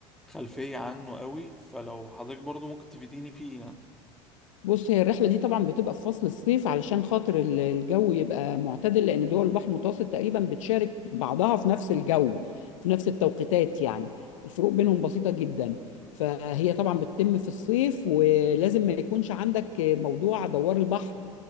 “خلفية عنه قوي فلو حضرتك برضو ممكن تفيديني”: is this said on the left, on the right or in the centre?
Centre